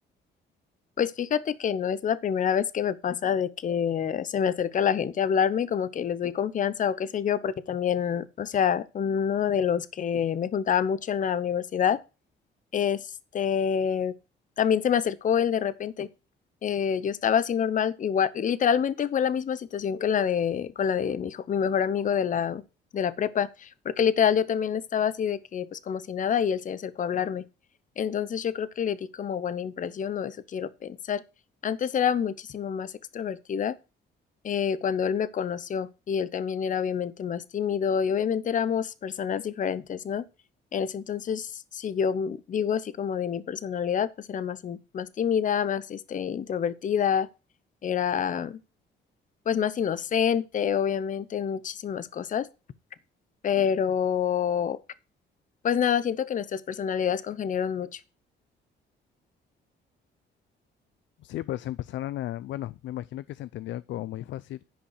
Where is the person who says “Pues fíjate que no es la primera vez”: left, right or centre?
Left